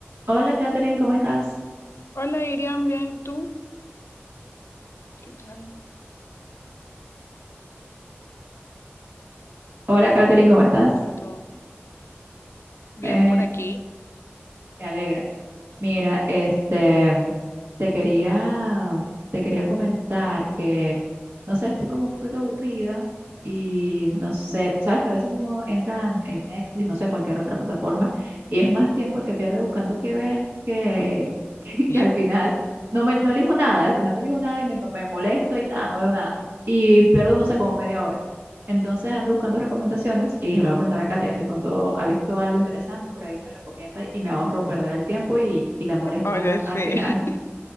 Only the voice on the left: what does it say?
Hola Irian, bien, ¿y tú? ¿Qué tal?
¿Cómo te va todo? Bien
por aquí.
<laughs>
Oye,
sí.
<laughs>